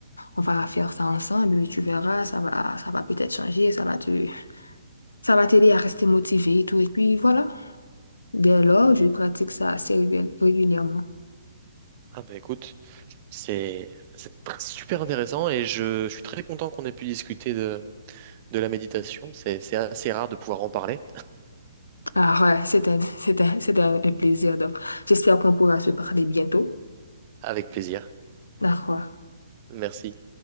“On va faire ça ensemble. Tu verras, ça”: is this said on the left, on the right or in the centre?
Left